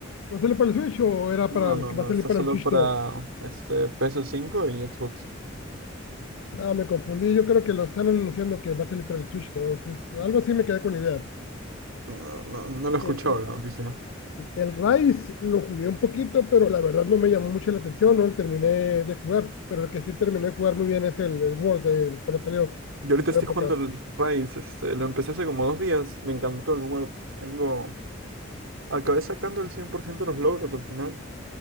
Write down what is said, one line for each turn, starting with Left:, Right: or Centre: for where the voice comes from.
Left: ¿No salió para el Switch o era
Right: No,
Left: para el
Right: no,
Left: que
Right: no,
Left: va a salir
Right: está
Left: para
Right: solo
Left: el Switch
Right: para
Left: 2?
Right: este PS5 y Xbox.
Left: Ah, me confundí. Yo creo que lo están anunciando que va a salir para el Switch 2. Es, algo así me quedé con la idea.
Right: No, no, no lo he escuchado
Left: Eh, eh,
Right: la noticia.
Left: El Rise lo jugué un poquito, pero la verdad no me llamó mucho la atención, no lo terminé de jugar. Pero el que sí terminé de jugar muy bien es el, el World, el- cuando salió
Right: Yo ahorita
Left: en su
Right: estoy
Left: época.
Right: jugando el Rise, este, lo empecé hace como dos días, me encantó el World. Tengo, acabé sacando el 100% de los logros al final.